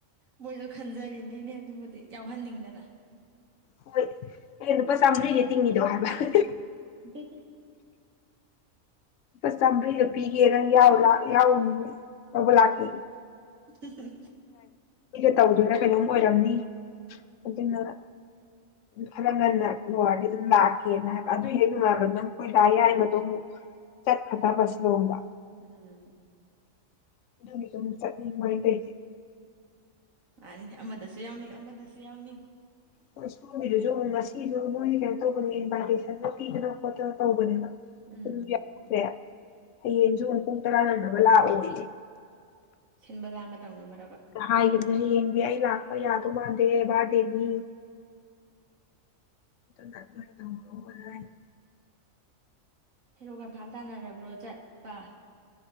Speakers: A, on the right (about 80°); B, on the left (about 70°).
A: ꯃꯣꯏꯗꯨ ꯈꯟꯖꯔꯤꯅꯤꯅꯦ ꯑꯗꯨꯕꯨꯗꯤ ꯌꯥꯎꯍꯟꯅꯤꯡꯗꯅ
B: ꯍꯣꯏ ꯑꯩꯅ ꯂꯨꯄꯥ ꯆꯥꯝꯃ꯭ꯔꯤꯅꯦ ꯇꯤꯡꯅꯤꯗꯣ ꯍꯥꯏꯕ ꯍ ꯍ
A: ꯍꯤ-ꯍꯤ
B: ꯂꯨꯄꯥ ꯆꯥꯝꯃꯔꯤꯒ ꯄꯤꯒꯦ ꯅꯪ ꯌꯥꯎꯔꯂꯥꯎ ꯌꯥꯎꯔꯨꯅꯨ ꯂꯧꯕ ꯂꯥꯛꯀꯦꯌꯦ
A: ꯍ ꯍ ꯍꯥ
B: ꯑꯩꯒ ꯇꯧꯗꯣꯏꯅ ꯀꯩꯅꯣꯝ ꯑꯣꯏꯔꯝꯅꯤ ꯑꯗꯨꯅ ꯈꯔ ꯉꯟꯅ ꯂꯣꯏꯔꯗꯤ ꯑꯗꯨꯝ ꯂꯥꯛꯀꯦꯅ ꯍꯥꯏꯕ ꯑꯗꯨ ꯍꯦꯛ ꯅꯨꯡꯉꯥꯏꯥꯟꯕ ꯅꯪ ꯈꯣꯏ ꯗꯥ ꯌꯥꯏꯃꯗꯣ ꯑꯃꯨꯛ ꯆꯠꯈ꯭ꯔꯗꯕ ꯁꯤꯂꯣꯡꯗ
A: ꯎꯨꯝ
B: ꯑꯗꯨꯒꯤꯁꯨ ꯑꯃꯨꯛ ꯆꯠꯅꯤꯡꯕ ꯑꯩꯅ ꯇꯧꯔꯤꯁꯤ
A: ꯃꯥꯅꯤꯅꯦ ꯑꯃꯗꯁꯨ ꯌꯥꯎꯅꯤ ꯑꯃꯗꯁꯨ ꯌꯥꯎꯅꯤꯡ
B: ꯍꯣꯏ ꯁꯣꯝꯒꯤꯗꯨꯁꯨ ꯑꯃꯨꯛ ꯉꯁꯤꯁꯨ ꯃꯣꯏꯅ ꯀꯩꯅꯣ ꯇꯧꯕꯅꯦ ꯏꯟꯚꯥꯏꯇꯦꯁꯟꯒ ꯄꯤꯗꯅ ꯈꯣꯠꯇꯅ ꯇꯧꯕꯅꯦꯕ
A: ꯎꯝ
B: ꯑꯗꯨ ꯌꯥꯎꯇꯦ ꯍꯌꯦꯡꯁꯨꯨ ꯑꯃꯨꯛ ꯄꯨꯡ ꯇꯔꯥ ꯅꯪꯅꯕ ꯂꯥꯛꯑꯣꯌꯦ
A: ꯁꯤꯟꯕ ꯂꯥꯡꯕ ꯇꯧꯅꯕ꯭ꯔꯕ
B: ꯍꯥꯏꯈꯤꯕꯅꯤ ꯍꯌꯦꯡꯗꯤ ꯑꯩ ꯂꯥꯛꯄ ꯌꯥ ꯀꯨ ꯃꯥꯟꯗꯦ ꯕꯥꯔꯗꯦꯅꯤ ꯑꯗꯨꯅ ꯅꯣꯏ ꯇꯧꯍꯜꯂꯧꯕꯁꯨ ꯌꯥꯏ
A: ꯍꯦꯔꯣ ꯀꯟꯐꯥꯝ ꯇꯥꯅꯔꯕ꯭ꯔꯣ ꯆꯠꯄ